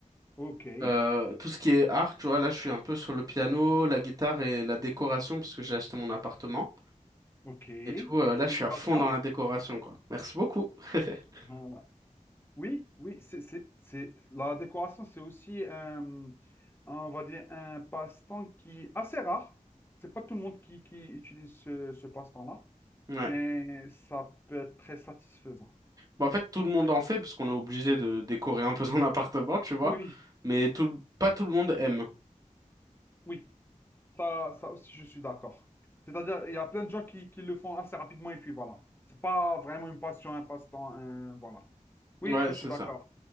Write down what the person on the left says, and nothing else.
OK.
Mhm.
OK.
Félicitations.
Voilà. Oui, oui, c'est, c'est, c'est- la décoration, c'est aussi, un- on va dire, un passe-temps qui est assez rare. C'est pas tout le monde qui, qui utilise ce, ce passe-temps-là,
mais ça peut être très satisfaisant.
Oui,
oui, ça, ça aussi, je suis d'accord. C'est-à-dire, il y a plein de gens qui, qui le font assez rapidement et puis voilà. C'est pas vraiment une passion, un passe-temps, un... voilà. Oui,
je suis
d'accord.